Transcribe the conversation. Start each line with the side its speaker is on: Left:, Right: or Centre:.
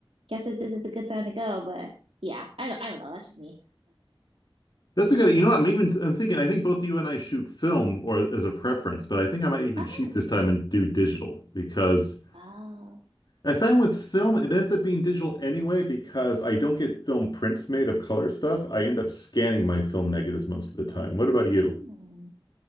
Right: guess it, this is a good time to go. But yeah, I don't I don't know. That's just me.
Left: That's a good, you know, what, I'm even I'm thinking I think both you and I shoot film or as a preference, but I think I might even
Right: Oh,
Left: cheat this time and do digital because
Right: oh,
Left: I find with film, it ends up being digital anyway because I don't get film prints made of color stuff. I end up scanning my film negatives most of the time. What about
Right: oh.
Left: you?